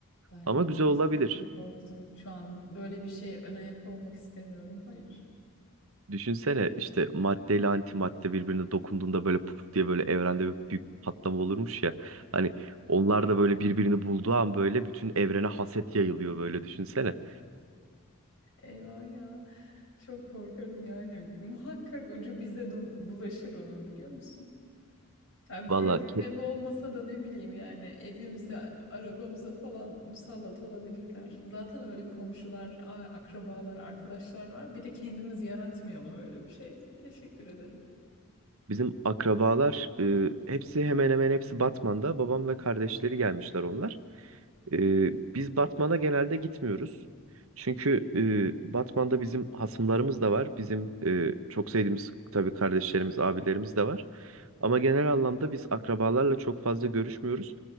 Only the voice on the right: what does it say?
Ama güzel
olabilir.
Düşünsene işte maddeyle ile antimadde birbirine dokunduğunda böyle puf diye böyle evrende bir büyük patlama olurmuş ya. Hani onlar da böyle birbirini bulduğu an böyle bütün evrene haset yayılıyor böyle düşünsene.
Valla
Bizim akrabalar e, hepsi hemen hemen hepsi Batman'da. Babam ve kardeşleri gelmişler onlar. E, biz Batman'a genelde gitmiyoruz. Çünkü e, Batman'da bizim hasımlarımız da var. Bizim e, çok sevdiğimiz tabii kardeşlerimiz, abilerimiz de var. Ama genel anlamda biz akrabalarla çok fazla görüşmüyoruz.